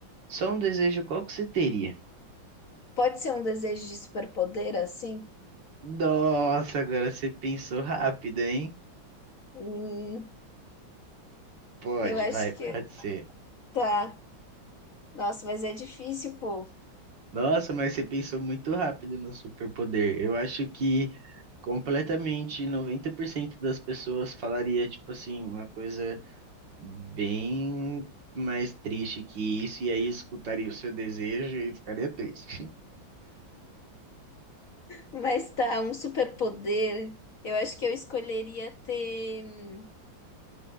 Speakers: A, on the right; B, on the left.
A: só um desejo, qual que você teria?
B: Pode ser um desejo de superpoder, assim?
A: Nossa, agora você pensou rápido, hein?
B: Hum,
A: Pode,
B: eu acho
A: vai, pode
B: que
A: ser.
B: Tá. Nossa, mas é difícil, pô.
A: Nossa, mas você pensou muito rápido no superpoder. Eu acho que completamente 90% das pessoas falaria, tipo assim, uma coisa bem mais triste que isso, e aí escutaria o seu desejo e ficaria triste.
B: Mas tá, um superpoder. Eu acho que eu escolheria ter.